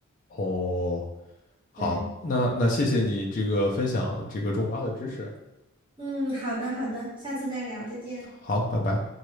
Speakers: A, on the left; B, on the right.
A: 哦，好，
B: 对，
A: 那那谢谢你这个分享这个种花的知识，
B: 嗯，好的好的，下次再聊，再见。
A: 好，拜拜。